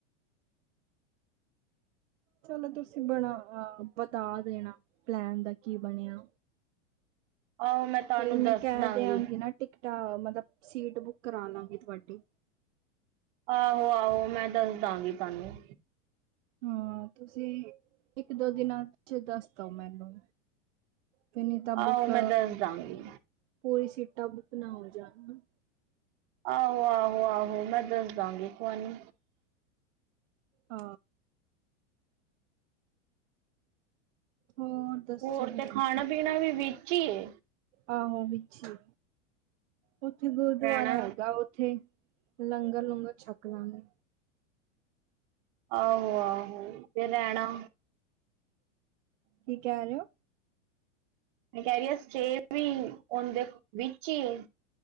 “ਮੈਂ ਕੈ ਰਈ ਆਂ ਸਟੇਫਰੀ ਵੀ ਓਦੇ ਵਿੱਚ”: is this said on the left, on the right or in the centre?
Right